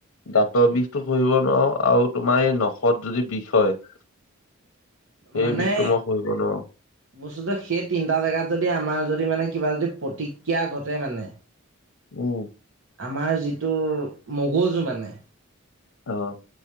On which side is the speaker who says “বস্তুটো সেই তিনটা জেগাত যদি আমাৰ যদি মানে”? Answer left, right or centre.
Right